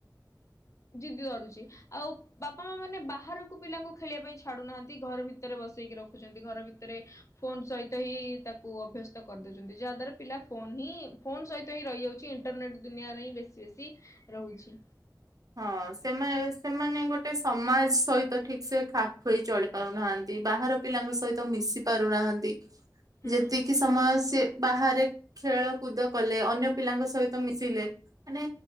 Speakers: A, on the left (about 40°); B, on the right (about 55°).
A: ଜିିଦି ଧରୁଛି, ଆଉ ବାପା ମା ମାନେ ବାହାରକୁ ପିଲାଙ୍କୁ ଖେଳିବା ପାଇଁ ଛାଡୁନାହାନ୍ତି ଘର ଭିତରେ ବସେଇକି ରଖୁଛନ୍ତି। ଘର ଭିତରେ ଫୋନ ଚଇତ ହିଁ ତାକୁ ଅଭ୍ୟସ୍ତ କରିଦଉଛନ୍ତି ଯାହା ଦ୍ଵାରା ପିଲା ଫୋନ ହିଁ ଫୋନ ସହିତ ହିଁ ରହିଯାଉଛି। ଇଣ୍ଟରନେଟ୍ ଦୁନିଆରେ ହିଁ ବେଶୀ ବେଶି ରହୁଛି।
B: ହଁ ସେମା ସେମାନେ ଗୋଟେ ସମାଜ ସହିତ ଠିକ୍ ସେ ଖାପ୍ ଖୁଇ ଚଳି ପାରୁ ନାହାନ୍ତି, ବାହାର ପିଲାଙ୍କ ସହିତ ମିଶି ପାରୁନାହାନ୍ତି,
A: ହୁଁ
B: ଯେତିକି ସମୟ ସେ ବାହାରେ ଖେଳ କୁଦ କଲେ ଅନ୍ୟ ପିଲାଙ୍କ ସହିତ ମିଶିଲେ। ମାନେ,